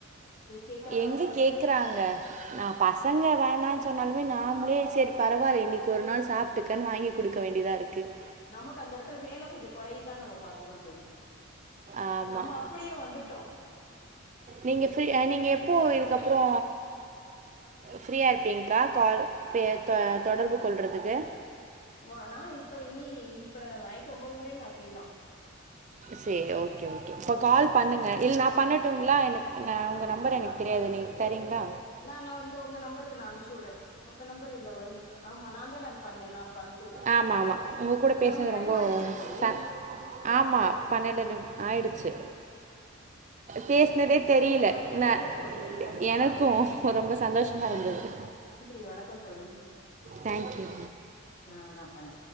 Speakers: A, on the left; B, on the right.
A: கேக்குற மாரியே
B: எங்க கேக்குறாங்க
A: இல்ல ம் ஹு
B: நா பசங்க வேணாம்னு சொன்னாலுமே நா ம்ளே சேரி பரவாயில இன்னைக்கு ஒரு நாள் சாப்ட்டுக்கனு வாங்கி கொடுக்க வேண்டியதாக இருக்குது
A: நமக்கு அந்த இடத்துல வேலை கொஞ்சம் கொறையுதான்னு நம்ம பாத்துக்கனு தோழி
B: ஆமாம்
A: நம்ம அப்படியே வந்துட்டோம்
B: நீங்க ஃப்ரீ நீங்கள் எப்போ இதுக்கப்பறோ ஃப்ரீயா இருப்பீங்க்கா கால் பேச தொடர்பு கொள்றதுக்கு
A: ஓ நா இப்ப இனி இப்ப நைட்டு ஒம்போது வரை நா ஃப்ரீதா
B: சேரி ஓகே ஓகே கால் பண்ணுங்க
A: ம்
B: இல்ல நா பண்ணட்டு ட்டுங்களா எனக் நா உங்க
A: ஆ
B: நம்பர் எனக்கு
A: ப
B: தெரியாது நீங்க தரீங்களா
A: நா நா இந்த உங்க நம்பருக்கு நா அம்சு உடுறேன் உங்க நம்பர் இதுல வரும் ஆமா நான்தா நா பண்ணேன் நா இப்ப அனுப்ச்சு வுட்றே
B: ஆம ஆமாம் உங்க கூட பேசினது
A: நமக்கு டைம்
B: ரொம்ப
A: ஆயிருச்சா தோழி
B: ச ஆமாம் பன்னெண்டு நிம்
A: ஆ
B: ஆயிடுச்சு பேசினதே தெரில தெரியல
A: இது தெர்ல
B: நான்
A: தோழி கண்டிப்பா
B: எனக்கும் ரொம்ப சந்தோஷமாக
A: உம் நன்
B: இருந்தது
A: நன்றி வணக்கம் தோழி
B: தேங்க்யூ
A: ஆ நா பண்றே